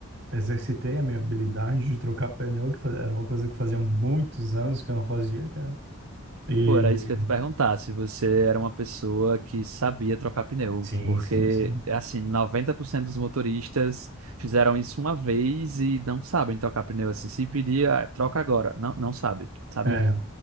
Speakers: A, on the right; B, on the right.
A: exercitei a minha habilidade de trocar pneu, que faz- era uma coisa que fazia muitos anos que eu não fazia, cara. E
B: pô, era isso que eu ia te perguntar, se você era uma pessoa que sabia trocar pneu,
A: sim,
B: porque,
A: sim, sim.
B: assim, 90% dos motoristas fizeram isso uma vez e não sabem trocar pneu, assim, se pedir, ah, troca agora, não, não sabe, sabe?
A: É.